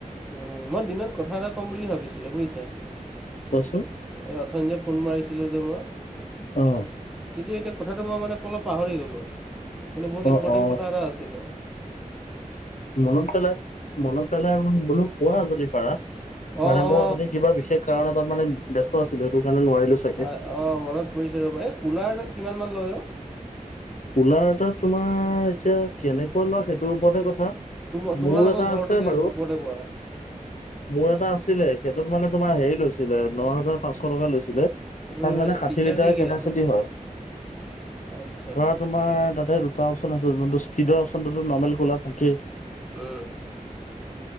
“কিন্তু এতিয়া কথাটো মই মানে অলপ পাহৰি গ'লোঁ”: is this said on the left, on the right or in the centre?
Centre